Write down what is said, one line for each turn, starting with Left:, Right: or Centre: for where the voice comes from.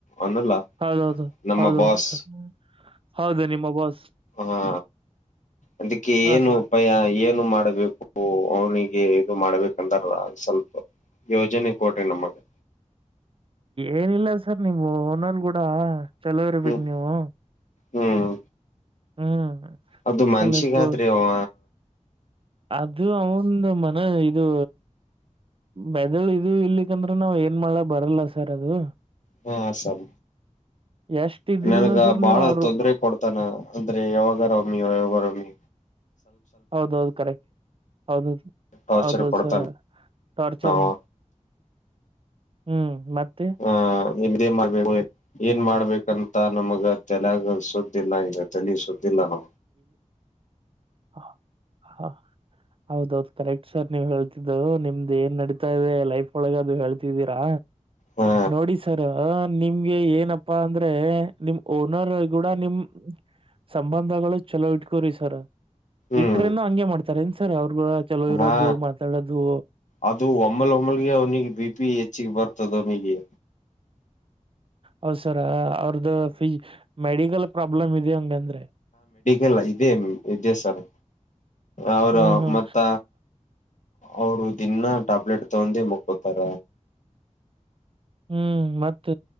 Left: ಅನಲ್ಲ
Right: ಹೌದೌದು
Left: ನಮ್ಮ
Right: ಹೌದೌದು
Left: ಬಾಸ್
Right: ಸರ್ ಹೌದು ನಿಮ್ಮ ಬಾಸ್
Left: ಹಾ ಅದಕ್ಕೆ
Right: ಹಾ
Left: ಏನು
Right: ಸರ್
Left: ಉಪಾಯ ನು ಮಾಡ್ಬೇಕು ಅವನಿಗೆ ಇದು ಮಾಡ್ಬೇಕಂದಾರಲ್ಲ ಸ್ವಲ್ಪ ಯೋಜನೆ ಕೋಟೆ ನಮಗೆ
Right: ಏನಿಲ್ಲ ಸರ್ ನಿಮ್ ಓನಲ್ ಗೂಡ ಚಲವರುಬೇಕಗ್
Left: ಹ್ಮ್
Right: ನೀವು
Left: ಹ್ಮ್
Right: ಹ್ಮ್
Left: ಅದು ಮನ್ಷಿಗಾದ್ರಿ
Right: ಸ್ವಲ್ಪ
Left: ಒ
Right: ಅದು ಅವಂದ ಮನ ಇದು ಬೆದಳು ಇದು ಇಲ್ಲಿಕ್ಕಂದ್ರೆ ನಾವ್ ಏನ್ ಮಾಡ ಬರಲ್ಲ ಸರ್ ಅದು
Left: ಹಾ ಆಸಾಮ
Right: ಎಷ್ಟ ಇದ್ರುನು
Left: ನನಗ
Right: ಸರ್
Left: ಬಾಳ
Right: ನೀವು ಅವರು
Left: ತೊಂದ್ರ ಕೊಡ್ತಾನ ಅಂದ್ರೆ ಯಾವಾಗರವೊಮ್ಮಿ ಯಾಗಾರಮ್ಮಿ
Right: ಹೌದೌದು ಕರೆಕ್ಟ್ ಹೌದದು
Left: ಟಾರ್ಚರ್
Right: ಹೌದೌದು
Left: ಕೊಡ್ತಾನ
Right: ಸರ ಟೋಾರ್ಚರ್
Left: ನಾವು
Right: ಹ್ಮ್ ಮತ್ತೆ
Left: ಹ ಇದೇ ಮಾಡ್ಬೇಕ ಏನ್ ಮಾಡ್ಬೇಕಂತ ನಮಗ ತಲಗಸುದ ಿಲ್ಲ ಈಗ ತಳಿಸುದಿಲ್ಲ ನಾವು
Right: ಹ ಹಾ ಹೌದೌದ್ ಕರೆಕ್ಟ್ ಸರ್ ನೀವ್ ಹೇಳ್ತಿದ್ದವು ನಿಮ್ದ್ ಏನ್ ನಡೀತಾ ಇದೆ ಲೈಫ್ ಒಳಗ ಅದು ಹೇಳ್ತಿದ್ದೀರಾ
Left: ಹಾ
Right: ನೋಡಿ ಸರ್ ನಿಮ್ಗೆ ಏನಪ್ಪಾ ಅಂದ್ರೆ ನಿಮ್ ಓ ರ್ ಗೂಡ ನಿಮ್ ಸಂಬಂಧಗಳು ಚಲೋ ಇಟ್ಕೋ್ರಿ ಸರ್
Left: ಹ್ಮ್
Right: ಇಟ್ರನು ಹಂಗೆ ಮಾಡ್ತಾರ ಇನ್ಸರ್ ಅವ್ರಗೂ ಚಲೋ ಇರೋದು
Left: ಹಾ
Right: ಮಾತಾಡೋದು
Left: ಅದು ಒಮ್ಮಲ್ ಒಮ್ಮಲ್ಗೆ ಅವ್ನಿಗೆ ಬಿ ಪಿ ಹೆಚ್ಚಿಗೆ ಬರ್ತದ ಅವನಿಗೆ
Right: ಹೌದ್ಸರ ಅವ್ರದ್ದ ಫ ಮೆಡಿಕಲ್ ಪ್ರಾಬ್ಲಮ್ ಇ ಹಂಗಂದ್ರೆ
Left: ಇಲ್ಲ ಇದೇ ಇದೇ ಸರ್ ಅವರು
Right: ಹ್ಮ್ ಹ್ಮ್
Left: ಮತ್ತ ಅವರು ದಿನ ಟ್ಯಾಬ್ಲೆಟ್ ತಗೊಂಡೆ ಮುಕ್ಕಕೊತಾರ
Right: ಹ್ಮ್ ಮತ್ತ